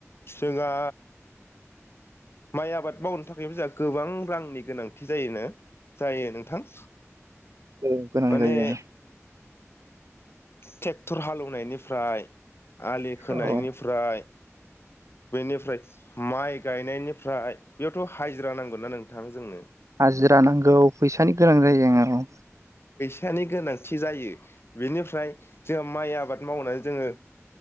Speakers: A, on the left; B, on the right.
A: जोंहा माइ आबाद मावनो थाखाय जों गोबां रांनि गोनांथि जायोनो जायो नोंथां।
B: औ गोनां
A: माने
B: जायो।
A: ट्रेक्टर हालेवनायनिफ्राय आलि खोनायनिफ्राय
B: औ
A: बेनिफ्राय माइ गायनायनिफ्राय बेयावथ' हाजिरा नांगौना नोंथां जोंनो
B: हाजिरा नांगौ फैसानि गोनां जायो ओं
A: नि गोनांथि जायो बेनिफ्राय जोंहा माइ आबाद मावनानै जोङो